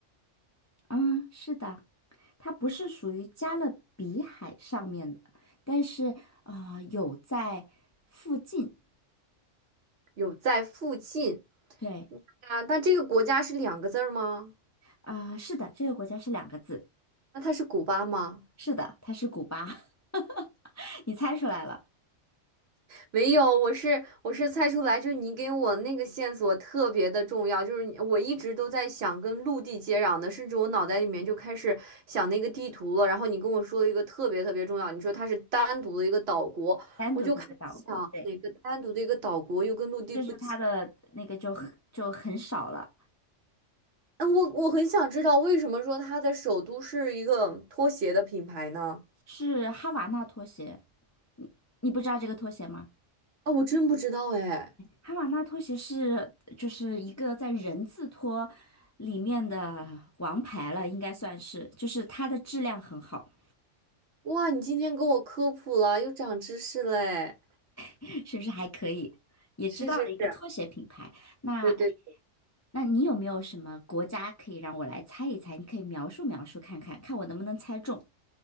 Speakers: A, on the left; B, on the right.
A: 嗯，是的，它不是属于加勒比海上面的，但是啊、呃有在附近。
B: 有在附近
A: 对，
B: 啊？那这个国家是两个字儿吗？
A: 啊、是的，这个国家是两个字。
B: 那它是古巴吗？
A: 是的，它是古巴，<laughs> 你猜出来了。
B: 没有，我是我是猜出来，就是你给我那个线索特别的重要，就是你我一直都在想跟陆地接壤的，甚至我脑袋里面就开始想那个地图了。然后你跟我说了一个特别特别重要，你说它是单独的一个岛国，
A: 单独的一个岛国，
B: 我就开始想哪个单独的一个岛国又跟陆地不接。
A: 对，就是它的那个就很就很少了，
B: 嗯，我我很想知道为什么说它的首都是一个拖鞋的品牌呢？
A: 是哈瓦那拖鞋，你不知道这个拖鞋吗？
B: 啊，我真不知道哎。
A: 哈瓦那拖鞋是就是一个在人字拖里面的王牌了，应该算是，就是它的质量很好，
B: 哇，你今天给我科普了，又长知识嘞！
A: <laughs> 是不是还可以？也知道了一个拖鞋品牌，
B: 是是是，
A: 那
B: 对对
A: 那你有没有什么国家可以让我来猜一猜？你可以描述描述看看，看我能不能猜中。